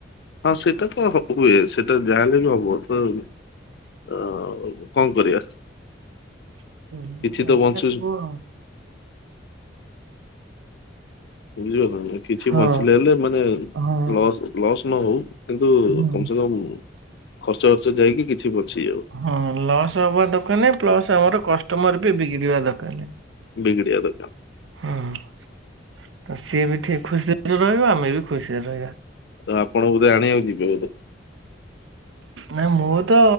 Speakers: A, on the left; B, on the right.
A: ହଁ ସେଇଟା ତ ହ ହୁଏ ସେଇଟା ଯାହାଲେ ବି ହବ ତ ଅ କଣ କରିବା?
B: <unintelligible>
A: କିଛି ତ ବଞ୍ଚୁଛି ବୁଝିଲ ନା ନାଇଁ କିଛି
B: ହଁ
A: ବଞ୍ଚିଲେ ହେଲେ ମାନେ
B: ହଁ
A: ଲସ୍ ଲସ୍ ନ ହଉ କିନ୍ତୁ
B: ହୁଁ।
A: କମ୍ ସେ କମ୍ ଖର୍ଚ୍ଚ ବାର୍ଚ୍ଚ ଯାଇକି କିଛି ବଞ୍ଚି ଯାଉ।
B: ହଁ ଲସ୍ ହବା ଦରକାର ନାଇଁ, ପ୍ଲସ୍ ଆମର କଷ୍ଟମର ବି ବିଗଡିବା ଦରକାର ନାଇଁ।
A: ବିଗଡ଼ିବା ଦରକାର।
B: ହଁ ତ ସିଏ ବି ଠିକ ଖୁସିରେ ରହିବ ଆମେ ବି ଖୁସିରେ ରହିବା।
A: ତ ଆପଣ ବୋଧେ ଆଣିବାକୁ ଯିବେ ବୋଧେ?
B: ନାଇଁ ମୁଁ ତ